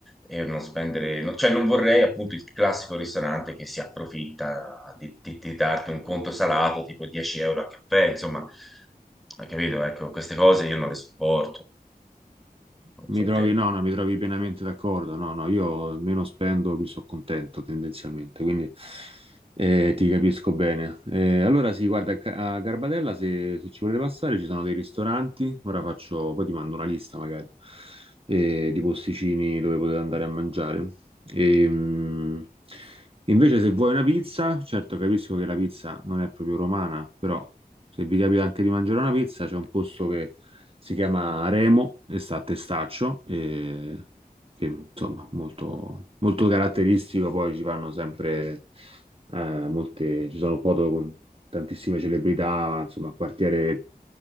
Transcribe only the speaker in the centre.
e non spendere, no- cioè non vorrei appunto il classico ristorante che si approfitta di, di- di darti un conto salato tipo 10 euro a caffè, insomma, hai capito? Ecco, queste cose io non le sopporto, non
so
te.